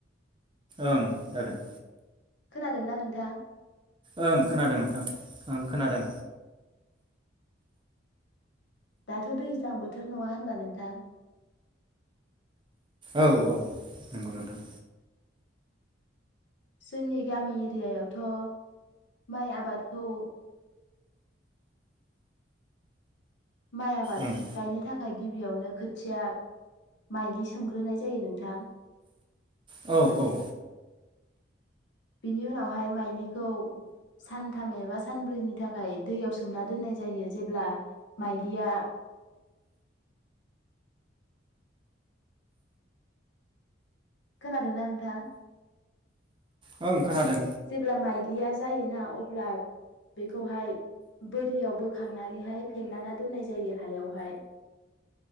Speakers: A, on the right; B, on the left.
A: ओं जागोन।
B: खोनादोंना नोंथां?
A: ओं खोनादों नोंथां ओं खोनादों।
B: दाथ' दैज्लां बोथोर नङा होनबा नोंथां?
A: औ औ नंगौ नोंथां।
B: जोंनि गामि एरियायावथ‌' माइ आबादखौ माइ आबाद
A: ओं
B: गायनो थाख थाय गिबियावनो खोथिया माइलि सोमग्रोनाय जायो नोंथां।
A: औ औ
B: बिनि उनावहाय माइलिखौ सानथाम एबा सानब्रैनि थाखाय दैयाव सोमना दोननाय जायो जेब्ला माइलिया खोनादोंना नोंथां?
A: ओं खोनादों
B: जेब्ला माइ ग्लिया जायोना अब्ला बेखौहाय बोरियाव बोखांनानैहाय फेनलाना दोननाय जायो हायावहाय।